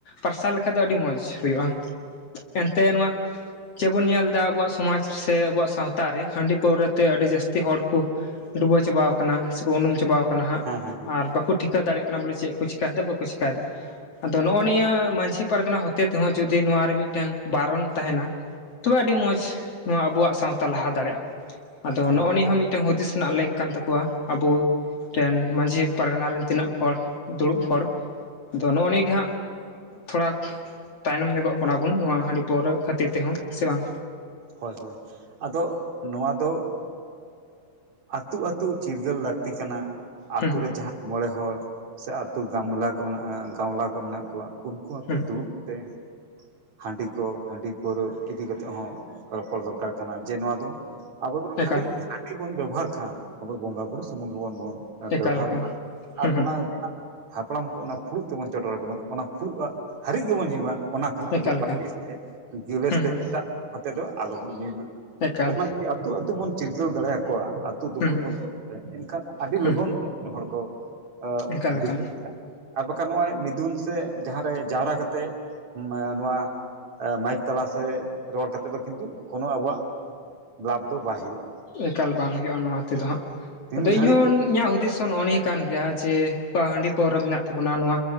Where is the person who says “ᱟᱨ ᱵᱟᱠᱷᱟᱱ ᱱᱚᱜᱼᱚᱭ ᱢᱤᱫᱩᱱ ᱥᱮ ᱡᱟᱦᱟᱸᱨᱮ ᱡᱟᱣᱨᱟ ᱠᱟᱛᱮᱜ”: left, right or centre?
Right